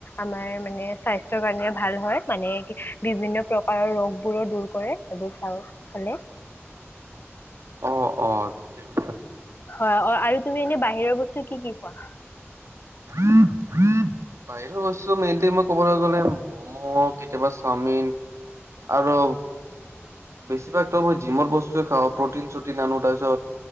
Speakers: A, on the left; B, on the right.
A: আমাৰ মানে স্বাস্থ্যৰ কাৰণে ভাল হয় মানে, কি বিভিন্ন প্ৰকাৰৰ ৰোগ বোৰো দূৰ কৰে এই বোৰ খালে
B: অ'অ' ঠিকেই কৈছে তুমি।
A: হয় অ' আৰু তুমি এনেই বাহিৰৰ বস্তু কি কি খোৱা?
B: <unintelligible> বাহিৰৰ বস্তু মেইনলি মই ক'বলৈ গ'লে ম'ম' কেতিয়াবা চাওমিন আৰু বেছিভাগ ত' জিমৰ বস্তুয়ে খাও প্ৰটিন চটিন আনো তাৰপিছত